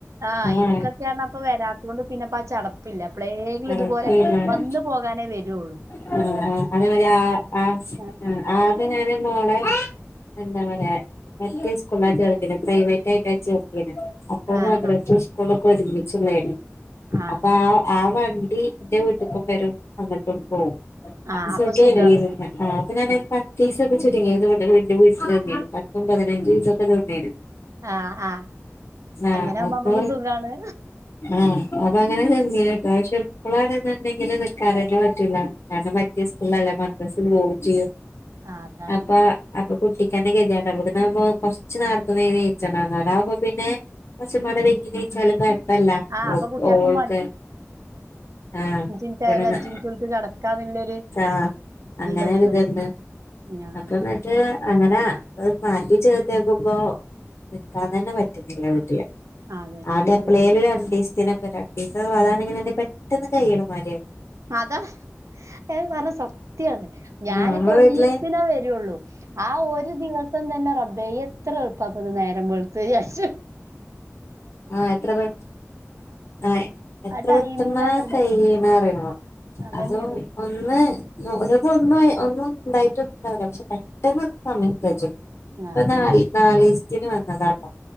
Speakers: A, on the right; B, on the left.
A: ആ
B: ആഹ്
A: ഇൻക്കൊക്കെറഞ്ഞ അപ്പോ വരാത്തൊണ്ട് പിന്നെ ഇപ്പ ആ ചടപ്പില്ല. അപ്പളേങ്കിലും
B: കണക്കെന്നെയാണ്
A: ഇതുപോലെ വന്ന് പോകാനേ വെരൂള്ളൂ.
B: ആ ആ അതേമാരി ആ ആ
A: ആഹ്
B: ആ ആദ്യം ഞാന് മോളെ എന്താ പറയ മറ്റേ സ്കൂൾല ചേർത്തിനെ പ്രൈവറ്റ് ആയിട്ടാ ചേർത്തീനത്. അപ്പോ
A: ആഹ്
B: മദ്രസും
A: ആഹ്
B: സ്കൂളൊക്കെ ഒരുമിച്ചുള്ളേർന്നു
A: ആഹ്
B: അപ്പോ ആ ആ വ ണ്ടി ഇന്റെ വീട്ട്ക്കും വരും അങ്ങട്ടും പോവും.
A: ആഹ്
B: അപ്പോ സുഖേനു
A: അപ്പൊ സുഖാണ്
B: വെരുന്നെ ആ അപ്പോ ഞാനൊരു
A: ആഹ്
B: പത്തീസൊക്കെ ചുരുങ്ങിത് ഇവിടെ വീ ഇൻ്റെ വീട്ടില് നിന്നീർന്നു. പത്തും പതിനഞ്ചീസൊക്കെ നിന്നീനു.
A: ആഹ് ആഹ്
B: ആ
A: അങ്ങനെ ആകുമ്പോ
B: അപ്പോ
A: നമ്മക്ക് സുഖാണ്
B: ആ അപ്പ അങ്ങനെ നിന്നീനുട്ടോ. പക്ഷെ ഇപ്പളാണ്ന്ന്ണ്ടെങ്കില് നിക്കാനൊന്നും പറ്റൂല. കാരണം മറ്റേ സ്കൂളിലല്ല മദ്രസ് പോവും ചെയ്യും.
A: ആഹ് അതാണ്
B: അപ്പ അപ്പോ കുട്ടിക്കെന്നെ ഗതികേടാവും. ഇവ്ട്ന്നാവുമ്പോ കൊറച്ച് നേരത്തെ നീ നീച്ചണം ആടാകുമ്പോ പിന്നെ കൊറച്ചുംപാടെ വൈകി നീച്ചാലും കൊഴപ്പല്ല
A: ആഹ്
B: ഓ
A: അപ്പൊ കുട്ട്യാക്കും
B: ഓൾക്ക് ആഹ്
A: ഇൻക്കായാലും,
B: ഇവിടെന്ന്
A: അഞ്ചിനിറ്റു കെടക്കാന്ന്ള്ളൊരു
B: ആ
A: ഇതിലെത്തു
B: അങ്ങനെ ഒരിതുണ്ട്
A: അല്ലോ. ഞാ
B: അപ്പൊ എന്നിട്ട് അങ്ങനെ മാറ്റി ചേർത്ത്യേക്കുമ്പൊ നിക്കാതന്നെ പറ്റ്ണില്ല വീട്ട്ല്
A: അതന്നെയാണ്ല്ലത്.
B: ആടെ എപ്പ്ളേലും രണ്ടീസ് ത്തിനൊക്കെ രണ്ടീസം അതാണെ ഇങ്ങനെ പെട്ടന്ന് കയ്യ്ണ മാരി
A: അതാഹ് ഏഹ് പറഞ്ഞ സത്യാണ് ഞാനൊക്കെ
B: ആഹ് നമ്മളെ
A: ഒരീസ്തിന
B: വീട്ടില്
A: വരൊള്ളു ആഹ് ഒര് ദിവ സം തന്നെ റബ്ബെ എത്രള്പ്പാപ്പത് നേരം വെള്ത്ത് ചാച്ചും
B: ആഹ് എത്ര പെ ആഹ് എത്ര
A: ആ ടൈമിങ്ങാ
B: പെട്ടെന്ന
A: പറയണേ
B: കയ്യ്ണറ
A: അതന്നെയാണ്
B: അതും ഒന്ന് ചെലപ്പൊ ഒന്ന് ഒന്നും ഇണ്ടായിറ്റൊ ന്നുണ്ടാവില്ല പഷെ പെട്ടന്ന് സമയം കജ്ജും ഇപം
A: ആഹ് അതന്നെ
B: നാല് നാലീസ്തിന് വന്നതാട്ടൊ